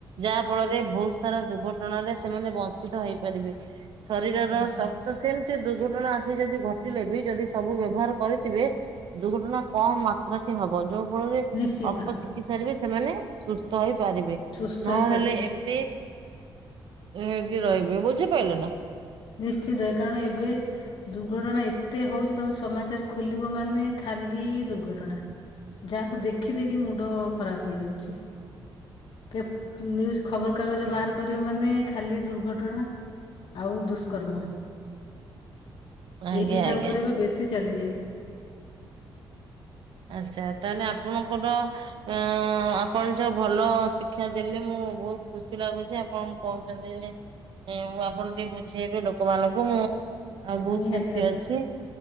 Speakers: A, on the right; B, on the left.
A: ଯାହା ଫଳରେ ବହୁତ ସାରା ଦୁର୍ଘଟଣାରେ ସେମାନେ ବଞ୍ଚିତ ହେଇପାରିବେ ଶରୀରର
B: ଆଗୁଆ
A: ତ ସେମିତି ଦୁର୍ଘଟଣା ଆସି ଯଦି ଘଟିଲେ ବି ଯଦି ସବୁ ବ୍ୟବହାର କରିଥିବେ ଦୁର୍ଘଟଣା କମ ମାତ୍ରାକ ହବ ଯୋଉ ଫଳରେ
B: ନିଶ୍ଚିତ
A: ଅଳ୍ପ ଚିକିତ୍ସା ରେ ବି ସେମାନେ ସୁସ୍ଥ ହେଇପାରିବେ
B: ସୁସ୍ଥ
A: ନହେଲେ
B: ହେଇପାରିବେ
A: ଏମିତି ହେଇକି ରହିବେ ବୁଝିପାଇଲ ନା?
B: ନିଶ୍ଚିନ୍ତ କାରଣ ଏବେ ଦୁର୍ଘଟଣା ଏ ଏତେ ହଉଛି ତମେ ସମାଚାର ଖୋଲିବ ମାନେ ଖାଲି ଦୁର୍ଘଟଣା। ଯାହାକୁ ଦେଖି ଦେଖି ମୁଣ୍ଡ ଖରାପ ହେଇଯାଉଛି। ପେ ନିୟୁଜୁ ଖବର କାଗଜ ବାହାର କରିବ ମାନେ ଖାଲି ଦୁର୍ଘଟଣା। ଆଉ ଦୁଷ୍କର୍ମ
A: ଆଜ୍ଞା
B: ଏଇ ଦିଟା
A: ଆଜ୍ଞା।
B: ଉପରେ ଏବେ ବେଶୀ ଚାଲିଛି।
A: ଆଚ୍ଛା ତାହେଲେ ଆପଣଙ୍କର। ଅ ଆପଣ ଯୋଉ ଭଲ ଶିକ୍ଷା ଦେଲେ ମୁଁ ବହୁତ ଖୁସି ଲାଗୁଛି। ଆପ୍ କଣ କହୁଛନ୍ତି ଯେ ମୁଁ ଆପଣ ଟିକେ ବୁଝେଇବି ଲୋକମାନଙ୍କୁ ମୁଁ ଆଉ ବହୁତ
B: ନିହାତି
A: ଖୁସି
B: ଭାବରେ।
A: ଅଛି।